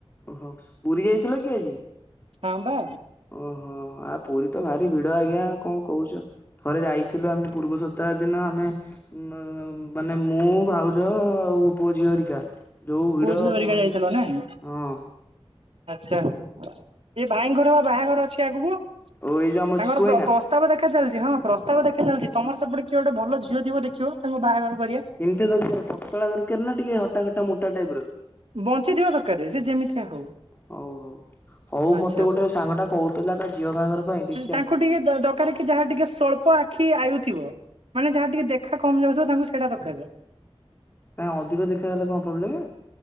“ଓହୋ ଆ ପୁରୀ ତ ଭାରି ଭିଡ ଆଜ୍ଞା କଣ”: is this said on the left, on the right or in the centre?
Left